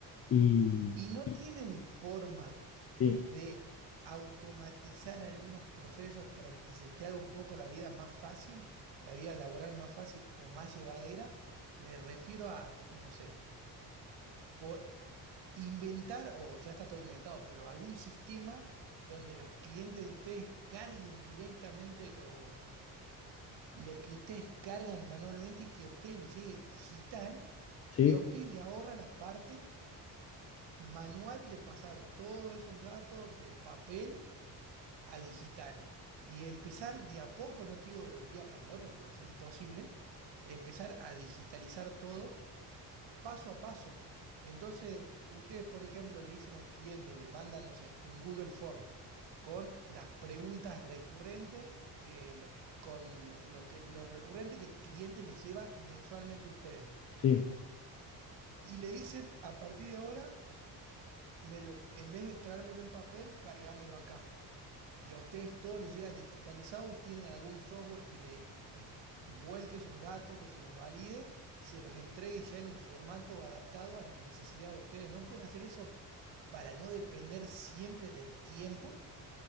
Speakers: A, on the left; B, on the right.
A: Y,
B: ¿Y no
A: y-
B: tienen forma
A: sí,
B: de automatizar algunos procesos para que se te haga un poco la vida más fácil, la vida laboral más fácil o más llevadera? Me refiero a, no sé, por inventar, o ya está todo inventado, pero algún sistema donde los clientes de ustedes carguen directamente los, lo que ustedes cargan manualmente y que a ustedes les llegue digital
A: sí,
B: y a ustedes le ahorra la parte manual de pasar todos esos datos de papel a digital y empezar de a poco, no te digo de un día para el otro porque va a ser imposible, empezar a digitalizar todo paso a paso. Entonces, ustedes, por ejemplo, le dicen al cliente, le mandan, no sé, un Google Form con las preguntas recurrentes que los, con lo, lo que, lo recurrente que el cliente les lleva mensualmente a ustedes.
A: sí.
B: Y le dicen, a partir de ahora, me lo- en vez de traérmelo en papel, cargámelo acá y a ustedes todo les llega digitalizado y tienen algún software que le vuelque esos datos, que se los valide y se los entregue ya en un formato adaptado a las necesidades de ustedes. ¿No pueden hacer eso para no depender siempre del tiempo?